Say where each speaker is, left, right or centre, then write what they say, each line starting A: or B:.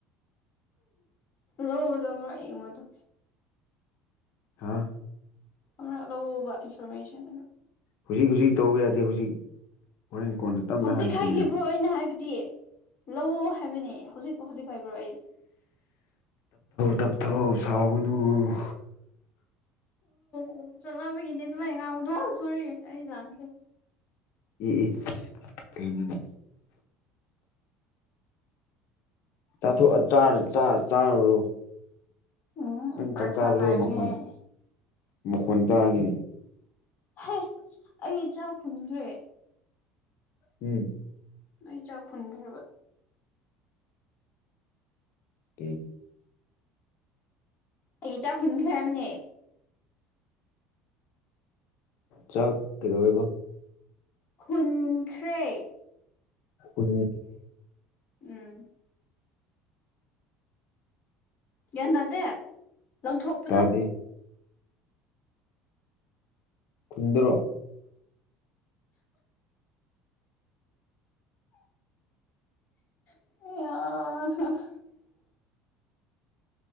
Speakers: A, on the left (about 45°); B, on the left (about 65°).
A: ꯂꯧꯗ ꯑꯃ ꯌꯦꯡꯉꯣꯗꯣ
B: ꯍꯥꯥ
A: ꯑꯃꯅ ꯂꯧꯎꯕ ꯏꯟꯐꯣꯔꯃꯦꯁꯟ
B: ꯍꯧꯖꯤꯛ ꯍꯧꯖꯤꯛ ꯇꯧꯕ ꯌꯥꯗꯦ ꯍꯧꯖꯤꯛ ꯍꯣꯔꯦꯟ ꯀꯣꯟꯅ ꯇꯞꯅ
A: ꯍꯧꯖꯤꯛ
B: ꯍꯥꯏꯔꯛꯀꯦꯅ
A: ꯍꯥꯏꯈꯤꯕ꯭ꯔꯣ ꯑ ꯑꯣꯏꯅ ꯍꯥꯏꯕꯗꯤ ꯂꯧ ꯍꯥꯏꯕꯅꯤ ꯍꯧꯖꯤꯛ ꯃꯈꯈꯖꯤ ꯈꯥꯏꯕ꯭ꯔꯔꯤ
B: ꯇꯞꯊ ꯁꯥꯎꯒꯅꯨ
A: ꯑꯣ ꯆꯪꯂꯕꯒꯤꯅꯦ ꯑꯗꯨꯃꯥꯏ ꯉꯥꯡꯉꯨꯗꯣ ꯁꯣꯔꯤ ꯑꯩ ꯂꯥꯟꯈ꯭ꯔꯦ
B: ꯏ ꯑꯦ ꯀꯩꯅꯅꯤ ꯆꯥꯊꯣꯛꯑ ꯆꯥꯔ ꯆꯥ ꯆꯥꯔꯨꯔꯣ
A: ꯎꯝ
B: ꯅꯪ
A: ꯄꯔꯊꯥ
B: ꯆꯥꯛ ꯆꯥꯕꯗꯣ
A: ꯉꯥꯏꯕꯅꯦ
B: ꯃꯈꯣꯟ
A: ꯑꯩ
B: ꯃꯈꯣꯟ ꯇꯥꯈꯤꯅꯤ
A: ꯍ ꯑꯩ ꯏꯆꯥ ꯈꯨꯟꯈ꯭ꯔꯦ
B: ꯎꯝ
A: ꯑꯩ ꯆꯈꯒꯕ
B: ꯀ
A: ꯑꯩ ꯆꯥꯛ ꯍꯨꯟꯈ꯭ꯔꯦꯕꯅꯦ
B: ꯆꯥꯛ ꯀꯩꯗꯧꯋꯦꯕ
A: ꯍꯨꯟꯈ꯭ꯔꯦ
B: ꯎ
A: ꯎꯝ ꯌꯥꯒ꯭ꯌꯥꯟꯅꯥꯗꯦ ꯂꯪꯊꯣꯛꯄꯗ
B: ꯇꯥꯗꯦ ꯈꯨꯟꯗ꯭ꯔꯣ
A: ꯑꯦ